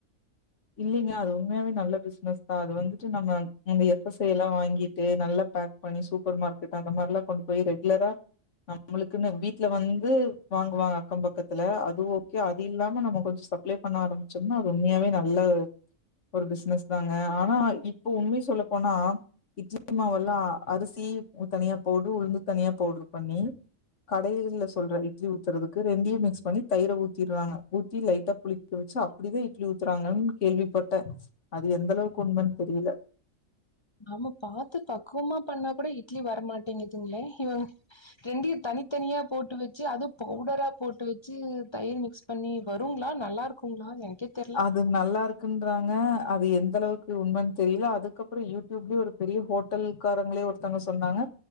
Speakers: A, on the left (about 65°); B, on the left (about 30°).
A: இல்லைங்க அது உண்மையாவே நல்ல பிசினஸ் தா அது வந்துட்டு நம்ம இந்த எஃப்எஸ்ஐ எல்லா வாங்கிட்டு நல்ல பேக் பண்ணி சூப்பர் மார்க்கெட் அந்த மாரில்லா கொண்டு போய் ரெகுலரா நம்மளுக்குன்னு வீட்ல வந்து வாங்குவாங் அக்கம் பக்கத்துல அது ஓக்கே அது இல்லாம நம்ம கொஞ்சு சப்ளே பண்ண ஆரம்பிச்சோம்னா அது உண்மையாவே நல்ல ஒரு பிசினஸ் தாங்க ஆனா இப்ப உண்மைய சொல்லப்போனா இட்லி மாவெல்லா அரிசி தனியா பவுடரு உளுந்து தனியா பவுடரு பண்ணி கடைகள்ல சொல்ற இட்லி ஊத்துறதுக்கு ரெண்டையு மிக்ஸ் பண்ணி தயிர ஊத்தி ராங்க ஊத்தி லைட்டா புளி ச்சு அப்படிவே இட்லி ஊத்துறாங்கன்னு கேள்விபட்டேஈ அது எந்த அளவுக்கு உண்மன்னு தெரியல
B: நாம பாத்து பக்குவமா பண்ணா கூட இட்லி வரமாட்டேங்குதுங்களே இவங் ரெண்டயு தனித்தனியா போட்டு வச்சு அது பவுடரா போட்டு வச்சு தயிர் மிக்ஸ் பண்ணி வருங்களா நல்லா இருக்குங்ளா எனக்கே தெர்ல.
A: அது நல்லா இருக் கின்றாங்க அது எந்த அளவுக்கு உண்மைன்னு தெரியல அதுக்கப்புறோ யூடியூப்ல ஒரு பெரிய ஹோட்டல் உக்காரங்ளே ஒருத்தவங்க சொன்னாங்க